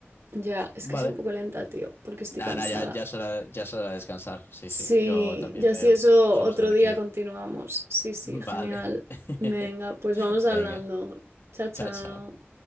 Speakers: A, on the right (about 80°); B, on the left (about 65°).
A: Ya, es
B: Vale.
A: que soy un poco lenta, tío, porque estoy
B: Nada,
A: cansada.
B: ya, ya es hora, ya es hora de descansar. Sí,
A: Sí,
B: sí, yo también
A: ya
B: me...
A: si eso
B: nos vamos
A: otro
B: a tener
A: día
B: que ir.
A: continuamos. Sí, sí,
B: Vale.
A: genial.
B: <laughs>
A: Venga, pues vamos
B: Venga,
A: hablando. Chao, chao.
B: chao, chao.